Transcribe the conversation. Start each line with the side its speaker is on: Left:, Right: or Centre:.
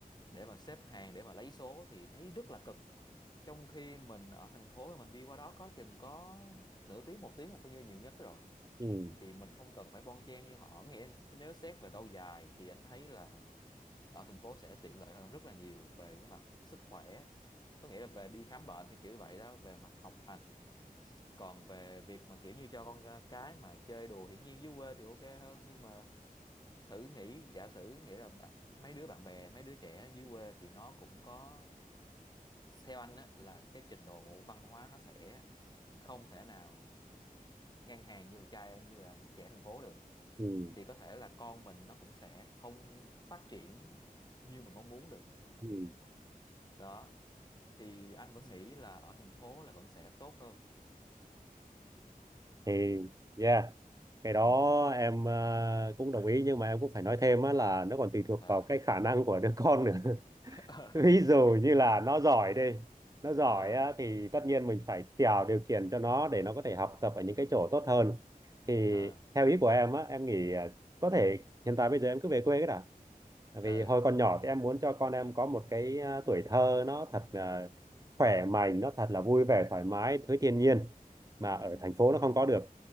Left: để mà xếp hàng để mà lấy số thì thấy rất là cực trong khi mình ở thành phố là mình đi qua đó có chừng có nửa tiếng một tiếng là coi như nhiều nhất rồi
Right: ừ
Left: thì mình không cần phải bon chen như họ nghĩa là nếu xét về lâu dài thì anh thấy là ở thành phố sẽ tiện lợi hơn rất là nhiều về cái mặt sức khỏe có nghĩa là về đi khám bệnh hay kiểu như vậy đó về mặt học hành còn về việc mà kiểu như cho con ờ, cái mà chơi đùa hiển nhiên dưới quê thì ok hơn nhưng mà thử nghĩ giả sử nghĩa là bạn- mấy đứa bạn bè mấy đứa trẻ dưới quê thì nó cũng có theo anh á, là cái trình độ văn hóa nó sẽ không thể nào ngang hàng như là trai như là trẻ thành phố được
Right: ừ
Left: thì có thể là con mình nó cũng sẽ không phát triển như mình mong muốn được
Right: Ừ.
Left: đó thì anh vẫn nghĩ là ở thành phố là vẫn sẽ tốt hơn
Right: thì yeah cái
Left: ừ
Right: đó em ờ, cũng đồng ý nhưng mà em cũng phải nói thêm á là nó còn tùy thuộc
Left: à
Right: vào cái khả năng của đứa con nữa
Left: <laughs>
Right: <laughs> ví dụ như là nó giỏi đi nó giỏi
Left: à
Right: á, thì tất nhiên mình phải tạo điều kiện cho nó để nó có thể học tập ở
Left: ừ
Right: những cái chỗ tốt hơn thì
Left: à
Right: theo ý của em á em nghĩ à, có thể hiện tại bây giờ em cứ về quê cái đã Tại
Left: ừ
Right: vì hồi còn nhỏ thì em muốn cho con em có một cái à, tuổi thơ nó thật là khỏe mạnh nó thật là vui vẻ thoải mái với thiên nhiên mà ở
Left: ừ
Right: thành phố nó không có được